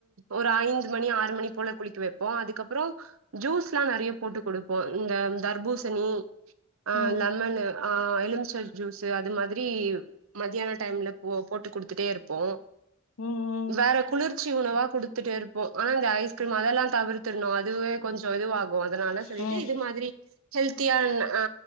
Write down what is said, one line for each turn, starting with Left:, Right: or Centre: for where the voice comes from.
Right: ஒரு அஞ்சு மணி ஆறு மணிக் போல குளிக்க வைப்போ அதுக்கப்பறோ ஜூஸ்லா நெறைய போட்டு குடுப்போ இந்த தர்பூசணி அ
Left: ம்
Right: லெமனு அ எலுமிச்ச ஜூஸு அது மாதி ரி மதியான டைம்ல போ போட்டு குடுத்துட்டே இருப்போ
Left: ம்
Right: வேற குளிர்ச் சி உணவா குடுத்துட்டே இருப்போ ஆனா இந்த ஐஸ்கிரீம் அதெல்லா தவிர்த்துன்னோ அதுவே கொஞ்சோ இதுவாகு அதனால சொல்லிட்டு
Left: ம் ம்
Right: இது மாதிரி ஹெல்த்தியான ஆ